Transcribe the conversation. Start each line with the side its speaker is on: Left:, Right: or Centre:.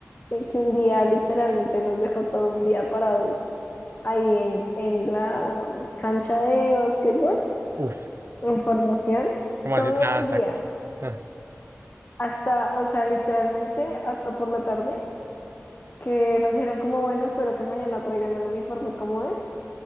Left: eh, que un día literalmente nos dejó todo un día parados ahí en, en la cancha de básquetbol,
Right: Uf,
Left: en formación,
Right: ¿cómo
Left: todo
Right: así? Ah,
Left: el
Right: exacto.
Left: día,
Right: Ah.
Left: hasta, o sea, literalmente hasta por la tarde, que nos dijeron como, bueno, espero que mañana traigan el uniforme como es,